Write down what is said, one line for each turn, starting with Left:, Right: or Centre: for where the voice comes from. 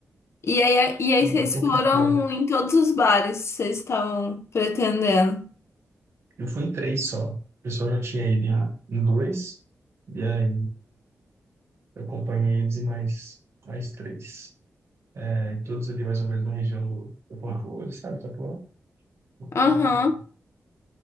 Left: E aí, e
Right: acabou
Left: aí vocês
Right: complicando.
Left: foram em todos os bares que vocês estavam pretendendo.
Right: Eu fui em três só. O pessoal já tinha ido em, em dois, e aí eu acompanhei eles em mais, mais três. É, e todos ali mais ou menos na região do, do sabe, Itapuã? Então,
Left: Aham.